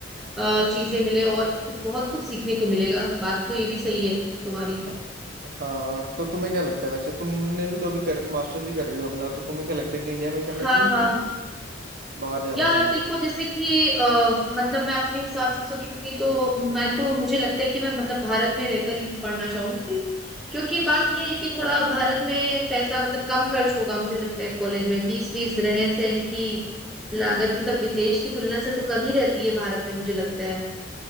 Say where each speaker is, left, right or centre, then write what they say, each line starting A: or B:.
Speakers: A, in the centre; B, on the right.
A: अ, चीजें मिले और कुछ बहुत कुछ सीखने को मिलेगा बात तो ये भी सही है तुम्हारी
B: हाँ हाँ तो तुम्हें क्या लगता है वैसे तुमने भी तो अभी कर मास्टर्स ही कर रही हो अपना तो तुम्हें क्या लगता है कि इंडिया में ही करना
A: हाँ
B: चाहिए
A: हाँ
B: कि बाहर जाना
A: यार
B: चाहिए
A: देखो जैसे कि अ, मतलब मैं अपने हिसाब से सोचूंगी तो मैं तो मुझे लगता है कि मैं मतलब भारत में रहकर ही पढ़ना चाहूंगी क्योंकि बात यह है कि थोड़ा भारत में पैसा मतलब कम खर्च होगा मुझे लगता है कॉलेज में फीस वीस रहन सहन की लागत मतलब विदेश की तुलना से तो कम ही रहती है भारत में मुझे लगता है